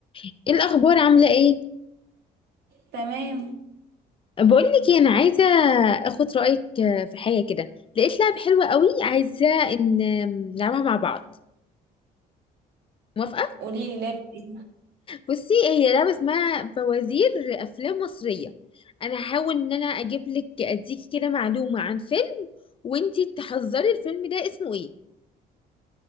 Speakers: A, on the left (about 30°); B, on the right (about 75°).
A: ايه الاخبار عامله ايه
B: تمام
A: بقول لك انا عايزه اخد رايك آه، في حاجه كده لقيت لعبه حلوه قوي عايزه ان نلعبها مع بعض موافقه
B: قولي لي لعبة ايه
A: بصي هي لعبه اسمها فوازير افلام مصريه انا هحاول ان انا اجيب لك اديكي كده معلومه عن فيلم وانتي تحذري الفيلم ده اسمه ايه